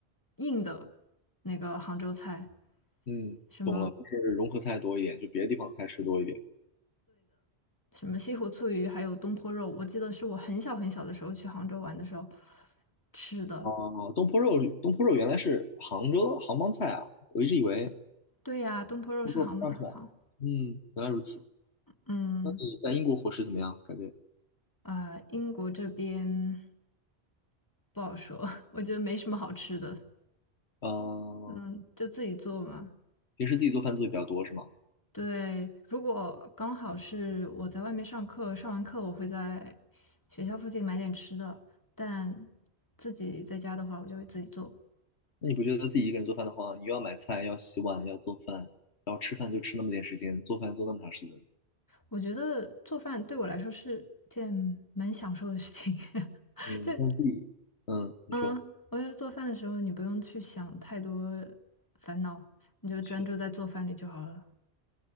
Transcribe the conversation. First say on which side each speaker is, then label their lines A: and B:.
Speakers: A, on the left; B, on the left.
A: 硬的那个杭州菜，
B: 嗯，
A: 什么
B: 懂了，就是融合菜多一点，就别的地方菜吃多一点。
A: 什么西湖醋鱼，还有东坡肉，我记得是我很小很小的时候去杭州玩的时候吃的。
B: 啊，东坡肉，东坡肉原来是杭州杭帮菜啊，我一直以为
A: 对呀，东坡肉是杭的，
B: 东坡肉不知道是哪儿的嗯，
A: 杭，
B: 原来如此。
A: 嗯，
B: 那你在英国伙食怎么样？感觉，
A: 啊、英国这边不好说，<laughs> 我觉得没什么好吃的，
B: 嗯、
A: 嗯，就自己做嘛。
B: 平时自己做饭做的比较多是吗？
A: 对，如果刚好是我在外面上课，上完课我会在学校附近买点吃的，但自己在家的话，我就会自己做。
B: 那你不觉得自己一个人做饭的话，你又要买菜，要洗碗，要做饭，然后吃饭就吃那么点时间，做饭做那么长时间，
A: 我觉得做饭对我来说是件蛮享受的事情。<laughs>
B: 嗯，
A: 就
B: 那自己，嗯，你说，
A: 嗯，我觉得做饭的时候你不用去想太多烦恼，你就专注在做饭里就好了。
B: 是，